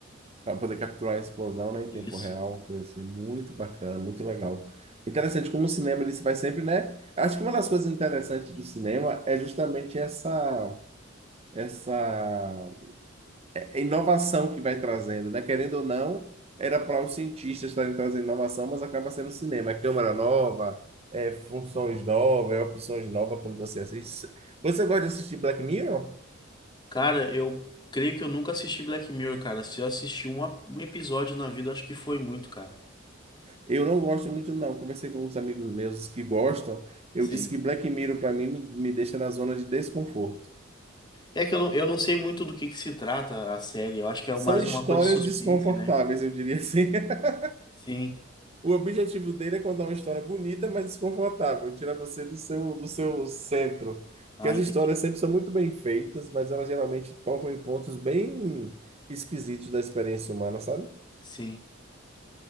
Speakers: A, on the right; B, on the left.
A: Para poder capturar a explosão, né, em
B: Isso.
A: tempo real, foi assim, muito bacana, muito legal. Interessante como o cinema ele se vai sempre, né? Acho que uma das coisas interessantes do cinema é justamente essa essa inovação que vai trazendo, né? Querendo ou não, era para os cientistas estarem trazendo inovação, mas acaba sendo o cinema, É câmera nova, é, funções novas, é, opções novas quando você assiste. Você gosta de assistir Black Mirror?
B: Cara, eu creio que eu nunca assisti Black Mirror, cara. Se eu assisti um, a- um episódio na vida, acho que foi muito, cara.
A: Eu não gosto muito, não. Conversei com alguns amigos meus que gostam. Eu
B: Sim.
A: disse que Black Mirror, para mim, me, me deixa na zona de desconforto.
B: É que eu não, eu não sei muito do que que se trata a série. Eu acho que é
A: São
B: mais
A: histórias
B: uma coisa de suspense,
A: desconfortáveis,
B: né?
A: eu diria assim. <laughs>
B: Sim.
A: O objetivo dele é contar uma história bonita, mas desconfortável, tirar você do seu, do seu centro. Porque
B: Ah,
A: as
B: entendi.
A: histórias sempre são muito bem feitas, mas elas geralmente tocam em pontos bem esquisitos da experiência humana, sabe?
B: Sim,